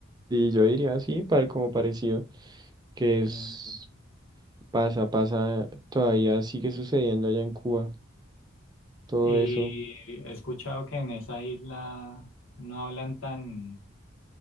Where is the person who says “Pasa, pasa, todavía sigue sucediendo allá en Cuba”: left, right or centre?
Right